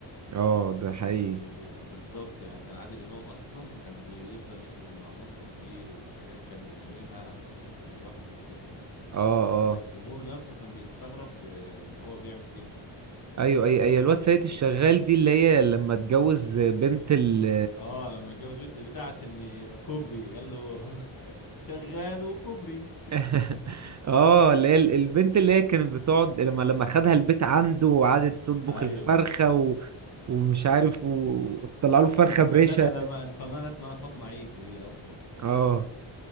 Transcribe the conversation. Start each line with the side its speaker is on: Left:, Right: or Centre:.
Right: اه ده حقيقي
Left: ب- ب- بالظبط يعني كان عادل امام اصلا كان بيفضل يخرج من على النص كتير وحاجات كان بيعملها بتفصل الواحد من الضحك
Right: اه
Left: حتى
Right: اه
Left: الجمهور نفسه كان بيستغرب آه، ان هو بيعمل كده
Right: ايوه اي اي الواد سيد الشغال دي اللي هي لما اتجوز بنت ال
Left: اه لما اتجوز بنت البتاع عشان يبقى كوبري قال له <laughs> شغال وكوبري
Right: <laughs> اه اللي هي ال- البنت اللي هي كانت بتقعد لما لما خدها البيت عنده وقعدت تطبخ
Left: ايوه
Right: الفرخة و... ومش عارف و- وطلع له فرخة
Left: الفنانه
Right: بريشة
Left: لما الفنانه اسمها فاطمه عيد هي اصلا
Right: اه